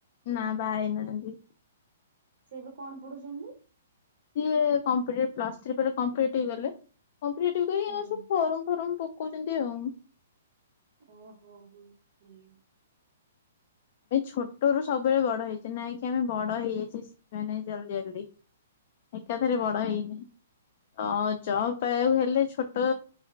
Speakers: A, on the left; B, on the right.
A: ନାଁ ବାହା ହେଇନାହାନ୍ତି।
B: ସେ ଏବେ କଣ ପଢୁଛନ୍ତି?
A: ସିଏ <unintelligible> ପ୍ଲସ୍ ଥ୍ରୀ ପରେ <unintelligible> ସବୁ ଫର୍ମ
B: ଆଜ୍ଞା
A: ଫର୍ମ ପ ପକଉଚନ୍ତି ଆଉ।
B: ଓହୋ ହୋ ହୁଁ ହୁଁ।
A: ଆମେ ଛୋଟରୁୁ ସବୁବେଳେ ବଡ଼ ହେଇଛେ ନାଇଁ କି ଆମେ ବଡ଼ ହେଇଯାଇଛେ ମାନେ ଜଲଦି ଜଲଦି। ଏକାଥରେ ବଡ଼ ହେଇନି
B: ଆଜ୍ଞା।
A: ତ ଜବ୍ ପାଇବାକୁ ହେଲେ ଛୋଟ